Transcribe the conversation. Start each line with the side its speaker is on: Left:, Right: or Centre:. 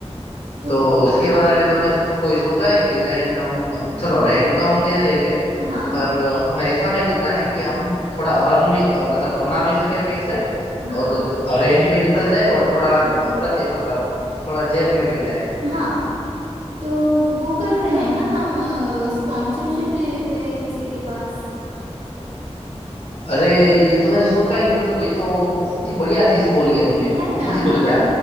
Right: तो
Left: तो उसके बारे में थोड़ा मैं कोई सोचा है कि रेंट हम चलो रेंट तो हम दे देंगे
Right: हाँ
Left: पर हमें ऐसा भी करना है कि हम थोड़ा अर्न भी अ, मतलब कमा भी सके पैसे
Right: हाँ
Left: और रेंट भी निकल जाए और थोड़ा
Right: हाँ
Left: बचे मतलब थोड़ा जेब में भी जाए
Right: हाँ तो वो करते हैं ना हम स्पॉन्सरशिप ले लेते हैं किसी के पास
Left: अरे ये तो मैंने सोचा ही नहीं मतलब ये तो बहुत ही बढ़िया चीज बोली है तुमने
Right: है
Left: बहुत
Right: ना
Left: ही बढ़िया
Right: हाँ